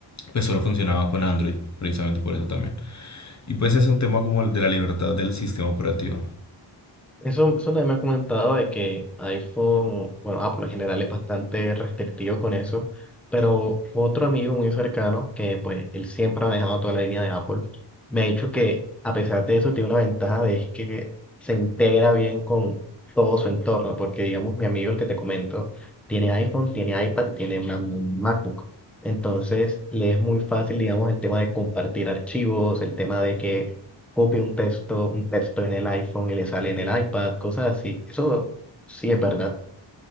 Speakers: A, on the left (about 35°); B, in the centre.
A: pues solo funcionaba con Android, precisamente por eso también. Y pues es un tema como el de la libertad del sistema operativo.
B: Eso, eso también me ha comentado de que iPhone, bueno, Apple en general es bastante restrictivo con eso, pero otro amigo muy cercano, que pues él siempre ha manejado toda la línea de Apple, me ha dicho que a pesar de eso tiene una ventaja de es que se integra bien con todo su entorno, porque digamos mi amigo el que te comento tiene iPhone, tiene iPad y tiene una MacBook. Entonces le es muy fácil, digamos, el tema de compartir archivos, el tema de que copia un texto, un texto en el iPhone y le sale en el iPad, cosas así. Eso sí es verdad.